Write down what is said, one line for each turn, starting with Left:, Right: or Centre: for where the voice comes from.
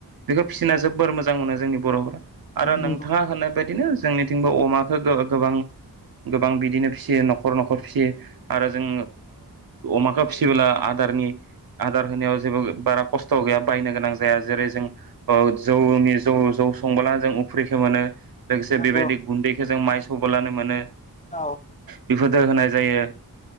Right: बेखौ फिसिना जोबोर मोजां मोनो जोंनि बर'फोरा। आरो नोंथाङा
Left: नंगौ
Right: होननाय बायदिनो जोंनिथिंबो अमाखौ गोबां गोबां बिदिनो फिसियो न'खर न'खर फिसियो आरो जों अमाखौ फिसियोब्ला आदार जारनि आदार होनायाव जेबो बारा खस्थ' गैया बायनो गोनां जाया जेरै जों जौनि जौ जौ थ संब्लानो जों उफ्रिखौ मोनो लोगोसे
Left: नंगौ
Right: बेबायदि गुन्दैखौ जों माइ सौब्लानो मोनो।
Left: औ
Right: बिफोरदो होनाय जायो